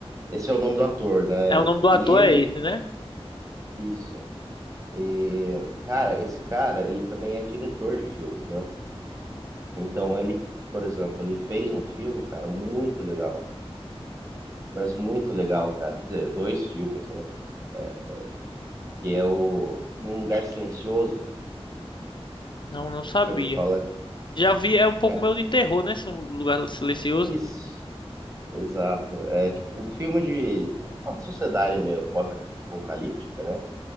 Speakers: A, on the right; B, on the left.
A: Esse é o nome do ator, né?
B: É,
A: E,
B: o nome do ator
A: e ele,
B: é esse, né?
A: isso. E, cara, esse cara, ele também é diretor de filmes, né? Então, ele, por exemplo, ele fez um filme, cara, muito legal. Mas muito legal, cara. Quer dizer, dois filmes, né? É, Que é o Um Lugar Silencioso.
B: Não, não sabia.
A: Já ouviu falar?
B: Já vi, é um pouco
A: Cara,
B: meio de terror, né? Esse lugar silencioso.
A: isso! Exato. É tipo um filme de uma sociedade meio pós-apocalíptica, né?